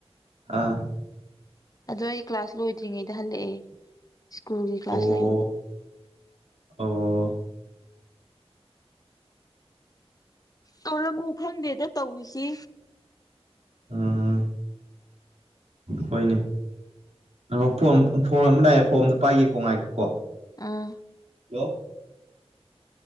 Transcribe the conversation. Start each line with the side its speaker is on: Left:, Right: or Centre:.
Right: ꯑꯥ
Left: ꯑꯗꯣ ꯑꯩ ꯀ꯭ꯂꯥꯁ ꯂꯣꯏꯗ꯭ꯔꯤꯉꯩꯗ ꯍꯜꯂꯛꯑꯦ ꯁ꯭ꯀꯨꯜꯒꯤ ꯀ꯭ꯂꯥꯁ
Right: ꯑꯣ
Left: ꯂꯩꯕꯅꯤ
Right: ꯑꯣ
Left: ꯇꯣꯂꯕꯨꯨ ꯐꯪꯗꯦꯗ ꯇꯧꯔꯤꯁꯤ
Right: ꯎꯝ ꯍꯣꯏꯅꯦꯄ ꯐꯣꯝ ꯑꯃ ꯂꯥꯛꯑꯦ ꯐꯣꯝꯗꯣ ꯄꯥꯏꯒꯦ ꯀꯣꯡ ꯉꯥꯏꯈꯀꯣ
Left: ꯑꯥ
Right: ꯍꯜꯂꯣ